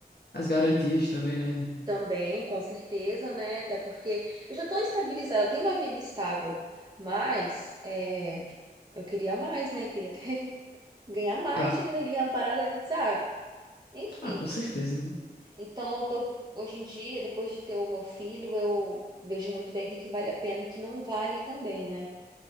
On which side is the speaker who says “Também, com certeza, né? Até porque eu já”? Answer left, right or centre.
Right